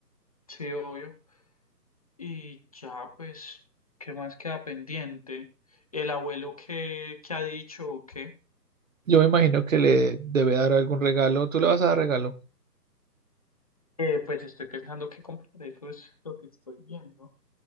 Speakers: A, on the left (about 20°); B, on the right (about 50°).
A: Sí, obvio. Y ya pues, ¿qué más queda pendiente? ¿El abuelo qué, qué ha dicho o qué?
B: Yo me imagino que le debe dar algún regalo. ¿Tú le vas a dar regalo?
A: Eh, pues estoy pensando qué comprar, eso es lo que estoy viendo.